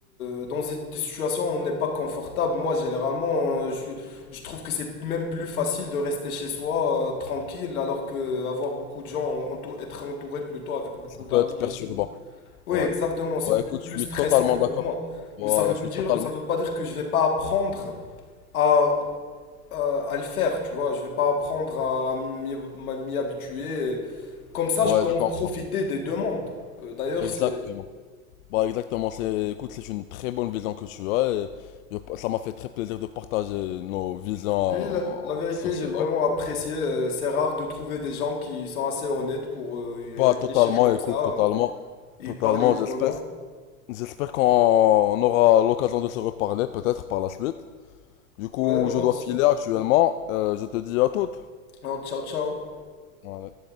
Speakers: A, on the left (about 85°); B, on the left (about 70°).
A: euh, dans des des situations où on n'est pas confortable. Moi, généralement, euh, je, suis- je trouve que c'est même plus facile de rester chez soi, euh, tranquille, alors que avoir beaucoup de gens, entou- être entouré plutôt avec beaucoup
B: Ça
A: d'amis
B: peut être perturbant,
A: et tout. Oui,
B: ouais.
A: exactement. C'est
B: Bah
A: beaucoup
B: écoute,
A: plus
B: je suis
A: stressant
B: totalement d'accord.
A: pour moi.
B: Voilà,
A: Mais ça veut
B: je
A: pas
B: suis
A: dire,
B: totalement.
A: ça veut pas dire que je vais pas apprendre à euh, à le faire, tu vois. Je vais pas apprendre à m'y m'y habituer. Comme ça,
B: Ouais,
A: je peux en
B: je comprends.
A: profiter des deux mondes. Euh, D'ailleurs,
B: Exactement.
A: c'est
B: Bah exactement, c'est, écoute, c'est une très bonne vision que tu as et je- ça m'a fait très plaisir de partager nos visions
A: oui, la, la vérité,
B: euh, sur cela.
A: j'ai vraiment apprécié. euh, C'est rare de trouver des gens qui sont assez honnêtes pour euh, y
B: Pas
A: réfléchir
B: totalement,
A: comme
B: écoute,
A: ça
B: totalement.
A: euh, et
B: Totalement,
A: y parler ouvertement.
B: j'espère. J'espère qu'on aura l'occasion de se reparler peut-être par la suite. Du coup,
A: Ouais, moi
B: je dois
A: aussi.
B: filer actuellement. Euh, je te dis à toutes.
A: Alors, ciao, ciao.
B: Voilà.